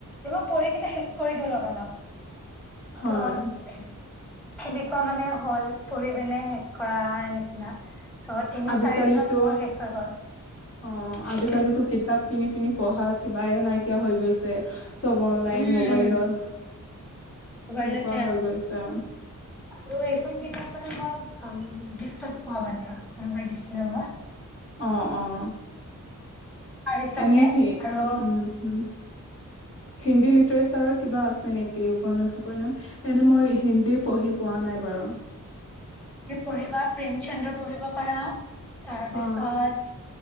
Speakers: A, in the centre; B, on the left.
A: যে মই পঢ়ি কিনে শেষ কৰি দিওঁ লগালগ।
B: হয়
A: ত' সেনেকুৱা মানে হ'ল পঢ়ি পেনে শেষ কৰাৰ নিচিনা। ধৰ তিনি
B: আজিকালিতো
A: চাৰি দিনত মোৰ শেষ হৈ গল।
B: অ আজিকালিতো
A: উম
B: কিতাপ কিনি পিনি পঢ়া কিবাই নাইকিয়া হৈ গৈছে। চব অনলাইন
A: উম
B: মোবাইলত,
A: উম মোবাইলতে
B: তেনেকুৱা হৈ গৈছে অ'।
A: আৰু এইখন কিতাপ মানে মই উম' গিফটত পোৱা মানে, কোনোবাই দিছিলে মোক।
B: অ' অ'
A: উপহাৰ হিচাপে
B: এনে সেই
A: আৰু
B: উম' উম'। হিন্দী লিটাৰে চাৰত কিবা আছে নেকি উপন্যাস-শপন্যাস? এনেই মই হিন্দী পঢ়ি পোৱা নাই বাৰু।
A: পঢ়িবা, প্ৰেম চন্দ্ৰ পঢ়িব পাৰা, তাৰ পিছত
B: অ